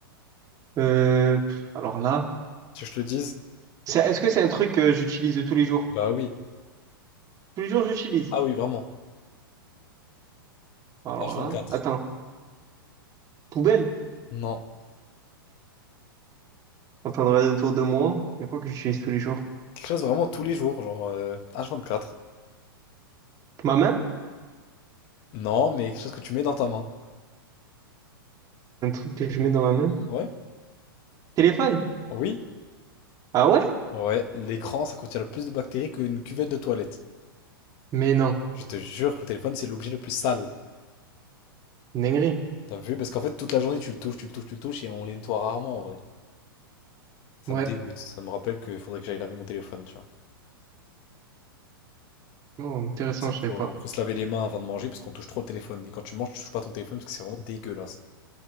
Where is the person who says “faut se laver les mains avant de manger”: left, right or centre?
Left